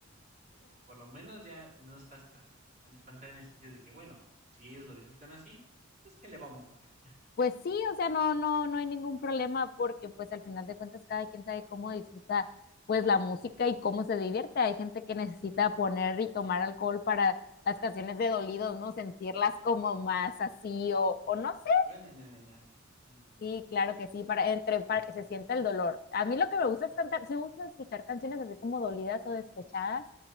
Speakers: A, on the right (about 35°); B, on the left (about 45°).
A: Pero por lo menos ya no está hasta tan espantada en el sentido de que, bueno, si ellos lo disfrutan así, pues ¿qué le vamos a hacer? <laughs>
B: Pues sí, o sea, no, no, no hay ningún problema porque pues al final de cuentas cada quien sabe cómo disfruta pues la música y cómo se divierte. Hay gente que necesita
A: Ujú.
B: poner y tomar alcohol para las canciones de dolidos, ¿no? Sentirlas como más así o, o no
A: Que
B: sé,
A: me duelen en el alma, ándale.
B: Sí, claro que sí, para, entre, para que se sienta el dolor. A mí lo que me gusta es cantar, sí me gusta escuchar canciones así como dolidas o despechadas,